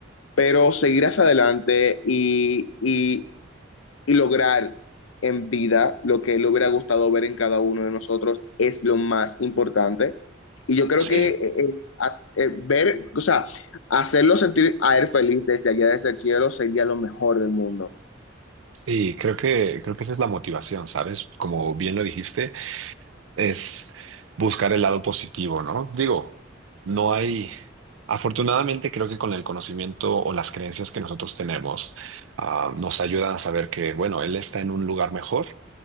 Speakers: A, on the left (about 85°); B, on the right (about 75°).
A: pero seguirás adelante y, y, y lograr en vida lo que le hubiera gustado ver en cada uno de nosotros es lo más importante. Y yo creo
B: Sí.
A: que eh, eh, ver, o sea, hacerlo sentir a él feliz desde allá desde el cielo sería lo mejor del mundo.
B: Sí, creo que, creo que esa es la motivación, ¿sabes? Como bien lo dijiste. es buscar el lado positivo, ¿no? Digo, no hay, afortunadamente creo que con el conocimiento o las creencias que nosotros tenemos, ah, nos ayudan a saber que, bueno, él está en un lugar mejor,